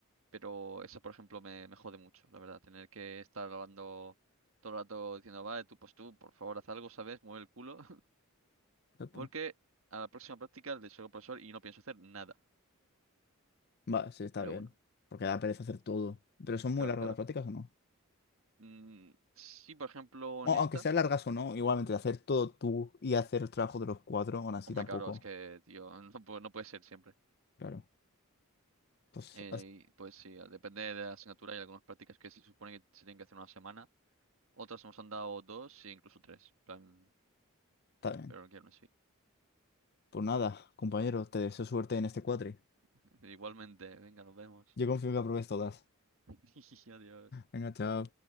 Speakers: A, on the right; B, on the left.
A: Pero esa, por ejemplo, me, me jode mucho, la verdad. Tener que estar grabando todo el rato diciendo, vale, tú, pues tú, por favor, haz algo, ¿sabes? Mueve el culo. <laughs>
B: Exacto.
A: Porque a la próxima práctica le soy profesor y no pienso hacer nada.
B: Va, sí, está
A: Pero
B: bien.
A: bueno,
B: Porque da pereza hacer todo. Pero son muy
A: claro,
B: largas
A: claro.
B: las prácticas o no.
A: Mm, sí, por ejemplo, en
B: O-
A: esta.
B: aunque sean largas o no, igualmente hacer todo tú y hacer el trabajo de los cuatro, aún así
A: Hombre,
B: tampoco.
A: claro, es que, tío, <laughs> no, pu- no puede ser siempre.
B: Claro. Pues
A: Eh, pues sí, depende de la asignatura. Hay algunas prácticas que se supone que se tienen que hacer una semana. Otras nos han dado dos e incluso tres. En plan,
B: está bien.
A: pero no quiero así.
B: Pues nada, compañero, te deseo suerte en este cuatri.
A: <laughs> Igualmente, venga, nos vemos.
B: Yo confío que apruebes todas.
A: <laughs> Adiós.
B: Venga, chao.